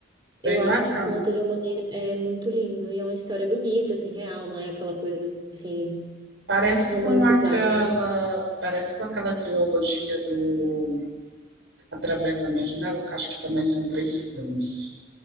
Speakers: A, on the right; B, on the right.
A: eu
B: Bem
A: acho
B: bacana.
A: que conta de uma maneira é muito lindo e é uma história bonita, assim, real, não é aquela coisa assim
B: Parece
A: romantizada.
B: com aquela, parece com aquela trilogia do Através da Minha Janela, que acho que também são três filmes.